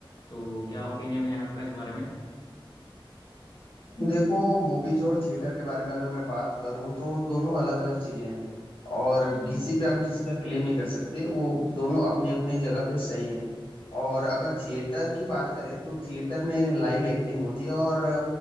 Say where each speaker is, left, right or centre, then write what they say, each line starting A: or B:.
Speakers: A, on the left (about 55°); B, on the left (about 75°).
A: तो क्या ओपिनियन है आपका इस बारे में
B: देखो मूवीज और थिएटर के बारे में अगर मैं बात करूँ तो दोनों अलग अलग चीजें हैं और
A: हम्म
B: किसी पे हम किसी का क्लेम नहीं कर सकते वो दोनों अपनी अपनी जगह पे सही हैं और अगर थिएटर की बात करें तो थिएटर में लाइव एक्टिंग होती है और